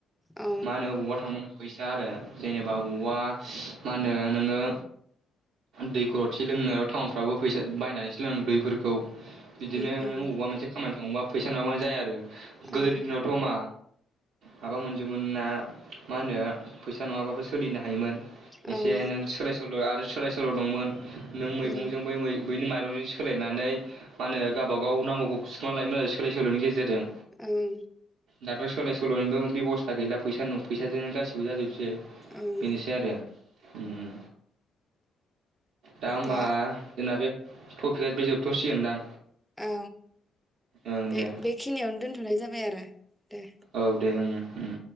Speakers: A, in the centre; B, on the right.
A: औ
B: मा होनो अबावबा थां फैसा आरो जेनेबा अबावबा मा होनो नोङो दै गरदसि लोंनो टाउनफ्रावबो फैसा बायनानैसो लोंनौ दैफोरखौ। बिदिनो
A: उम उम
B: नों अबावबा मोनसे खामानि नङबा फैसा नङाबानो जाया आरो। गोदोनि
A: औ
B: दिनावथ मा माबा मोनजोबमोनना मा होनो फैसा नङाबाबो सोलिनो हायोमोन।
A: ओं
B: एसे नों सोलाय सोल आरो आरो सोलाय सोल दंमोन। नों मैगंजों
A: ओं
B: बै मै बैनो माइ सोलायनानै मा होनो गाबबा गाव नांगौखौ सुफुंना लायोमोन आरो सोलाय सोलनि गेजेरजों।
A: ओम
B: दाथ सोलाय सोलनिबो बेबस्था गैला फैसा न फैसाजोंनो गासिबो जाजोबसै। बे
A: ओं
B: बेनोसै आरो उम उम दामा
A: दा
B: जोंनाबो टपिकआ बे जोबथ'सिगोनदां
A: औ
B: ओं
A: बे
B: दे
A: बेखिनियावनो दोनथ'नाय जाबा बाय आरो दे
B: औ दे ओं उम